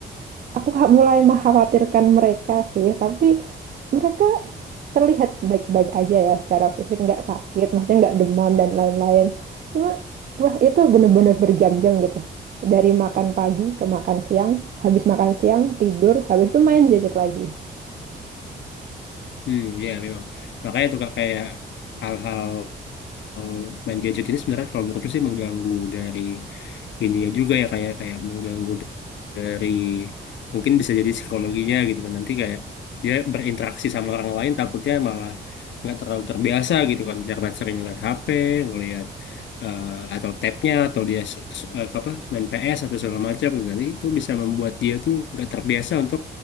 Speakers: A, on the right; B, on the left.
A: aku ha- mulai mengkhawatirkan mereka sih, tapi mereka terlihat baik-baik aja ya secara fisik, nggak sakit, maksudnya nggak demam dan lain-lain. Cuma wah itu bener-bener berjam-jam gitu. Dari makan pagi ke makan siang, habis makan siang tidur, habis itu main gadget lagi.
B: Hmm, ya memang. Makanya tuh Kak, kayak hal-hal eh, main gadget ini sebenarnya kalau menurutku sih mengganggu dari ininya juga ya kayak kayak mengganggu dari mungkin bisa jadi psikologinya gitu kan nanti kayak dia berinteraksi sama orang lain takutnya malah nggak terlalu terbiasa gitu kan karena sering ngeliat HP ngeliat eh, atau tabnya atau dia s- s- eh, apa main PS atau segala macam gitu. nanti itu bisa membuat dia tuh nggak terbiasa untuk